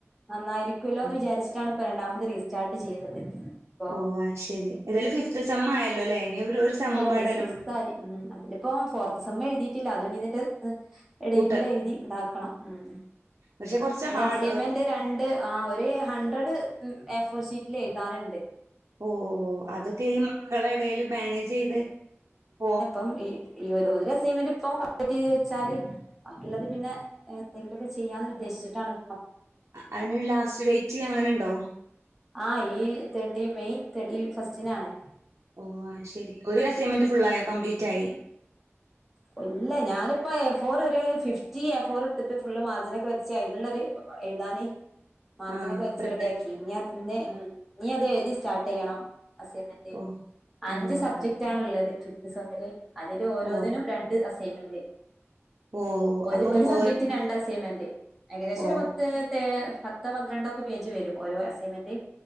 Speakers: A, in the centre; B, on the right (about 80°).
A: നന്നായിരിക്കല്ലോന്ന്
B: ആഹ്
A: വിചാരിച്ചിട്ടാണ് ഇപ്പൊ രണ്ടാമത് റീസ്റ്റാർട്ട് ചെയ്തത് ഇപ്പൊ
B: ഓഹ് അത് ശെരി ഏതായാലും ഫിഫ്ത്ത് സമ്മായല്ലോലേ ഇനിയൊര്
A: സിക്സ്തായി
B: സമ്മും പാടല്ലോ
A: ഇനി സിക്സ്തായി ഉം അതിലിപ്പം ഫോർത്ത് സമ്മ് എഴ്തിയിട്ടില്ല അതും ഇഞ്ഞ്തിന്റെ എടെയിലൂടെ
B: കൂട്ട
A: എഴ്തി ഇണ്ടാക്കണം ഉം
B: പക്ഷെ കൊറച്ച്
A: അത്
B: ഹാർഡ്
A: അസൈൻമെന്റ് രണ്ട് ണ്ട് ആഹ് ഒര് ഹൺണ്ട്രഡ് എ ഫോർ ഷീറ്റില് എഴ്താന്ണ്ട്.
B: ഓഹ് അതൊക്കെ ഈ മക്കളെ എടേല് മാനേജെയ്ത് പോ
A: കും ഈ ഒര് അസൈൻമെന്റ് ഇപ്പം കംപ്ലീറ്റെയ്ത് വെച്ചാല് ബാക്കിള്ളത് പിന്നെ എന്തെങ്കിലൊക്കെ ചെയ്യാന്ന് ഉദ്ദേശിച്ചിട്ടാണ്പ്പം
B: അയിന് ലാസ്റ്റ് ഡേറ്റ് അങ്ങനെണ്ടോ?
A: ആഹ് ഈ തേർട്ടി മെയ് തേർട്ടി ഫസ്റ്റിനാണ്.
B: ഓഹ് അത് ശരി ഒരു അസൈൻമെന്റ് ഫുള്ളായോ കംപ്ലീറ്റായി.
A: ഇല്ല ഞാനിപ്പ എഫോറ് ഒരു ഫിഫ്റ്റി എഫോറെട്ത്ത്ട്ട് ഫുള്ള് മാർജിനോക്കെ വരച്ച് അയിന്ള്ളൊര് എഴ്താന് മാർജിനൊക്കെ
B: ആഹ്
A: വെച്ച്
B: പ്രിപ്പറേ
A: റെഡിയാക്കി ഇഞ്ഞ ഇഞ്ഞ് ഉം ഇഞ്ഞത് എഴ്തി സ്റ്റാർട്ടെയ്യണം അസൈൻമെ റ്റ്
B: ഓഹ്
A: അഞ്ച്
B: ഓഹ്
A: സബ്ജക്റ്റാണ്ള്ളത്
B: അത്
A: ഫിഫ്ത്ത്സമ്മില് അതില് ഓരോന്നിനും
B: ഓഹ്
A: രണ്ട് അസൈന്മെന്റ്
B: ഓഹ്
A: ഒര്
B: അപ്പം
A: ഒര്
B: ഓരോ
A: സബ്ജക്ടിന് രണ്ട് അസൈന്മെന്റ് ഏകദേശം
B: ഓഹ്
A: ഒരു പത്ത് ത്ത് പത്ത് പന്ത്രണ്ടൊക്കെ പേജ് വെരും ഓരോ അസൈൻമെന്റ്.